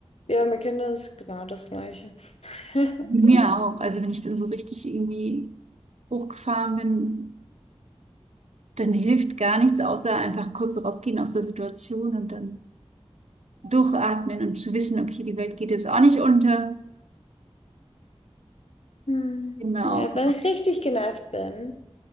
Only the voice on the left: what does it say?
Ja, mit Kindern ist genau das Gleiche. <laughs>
Hm.
Ja, wenn ich richtig genervt bin,